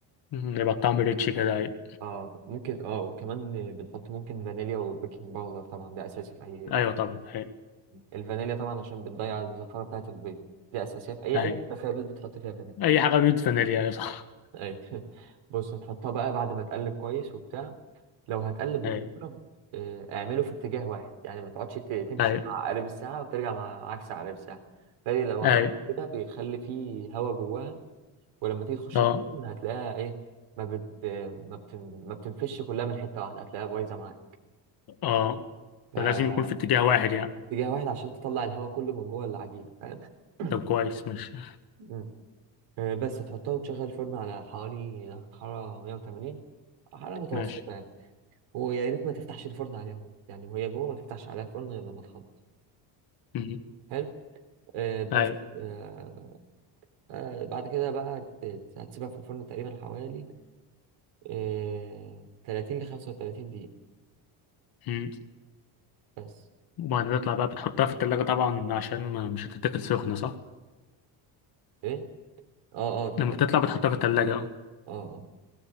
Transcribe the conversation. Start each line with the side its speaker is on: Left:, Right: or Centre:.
Left: مم. يبقى الطعم ريتش كده هاي
Right: اه ممكن اه وكمان بنحط ممكن فانيليا وبيكنج باودر طبعا ده اساسي في اي
Left: ايوه طبعا هاي
Right: الفانيليا طبعا عشان بتضيع الزفارة بتاعة البيض دي اساسية في اي
Left: اي
Right: اي ما فيها بيض بتحط فيها فانيليا
Left: اي حاجه بيدفن ليها صح
Right: اي <laughs> بص هتحطها بقى بعد ما تقلب كويس وبتاع لو هتقلب بالمضرب
Left: اي
Right: آه، اعمله في اتجاه واحد يعني ما تقعدش ت- تمشي
Left: اي
Right: مع عقارب الساعة وترجع مع عكس عقارب الساعة فدي لو عملت
Left: اي
Right: كده بيخلي فيه هوا جواها ولما تيجي تخش
Left: اه
Right: الفرن هتلاقيها ايه ما بت ما بتن... ما بتنفش كلها من حتة واحدة هتلاقيها بايظة معاك
Left: اه
Right: فاتجاه
Left: فلازم يكون في اتجاه واحد يعني
Right: واحد عشان تطلع الهوا كله من جوه العجينة فاهم <coughs>
Left: طب كويس ماشي
Right: مم. آه، بس تحطها وتشغل الفرن على حوالي درجة حرارة 180 حرارة متوسطة
Left: ماشي
Right: يعني. ويا ريت ما تفتحش الفرن عليها برضه يعني وهي جوه ما تفتحش عليها الفرن غير لما تخلص
Left: مم.
Right: حلو آه بس
Left: اي
Right: آه آه بعد كده بقى ت- هتسيبها في الفرن تقريبا حوالي آه 30 ل 35 دقيقة
Left: مم.
Right: بس
Left: وبعدين تطلع بقى بتحطها في التلاجة طبعا عشان ما مش هتتاكل سخنة صح
Right: ايه اه اه تحطها
Left: لما بتطلع
Right: في
Left: بتحطها
Right: الفرن.
Left: في التلاجة اه
Right: اه اه